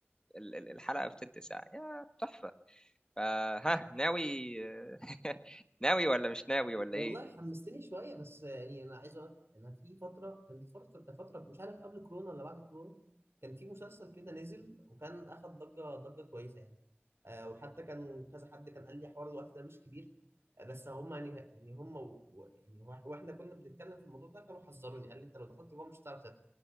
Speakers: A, on the left; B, on the right.
A: ال- ال- الحلقة في تلت ساعة يا تحفة فها ناوي <laughs> ناوي ولا مش ناوي ولا
B: والله
A: ايه
B: حمستني شويه بس يعني انا عايز اقول لك انا في فتره كانت فتره فتره مش عارف قبل كورونا ولا بعد كورونا كان في مسلسل كده نزل وكان اخد ضجه ضجه كويسه يعني آه وحتى كان كذا حد كان قال لي حوار الوقت ده مش كبير آه بس هم يعني يعني هم و... و- يعني وا- واحنا كنا بنتكلم في الموضوع ده كانوا حذروني قال لي انت لو دخلت جوه مش هتعرف تطلع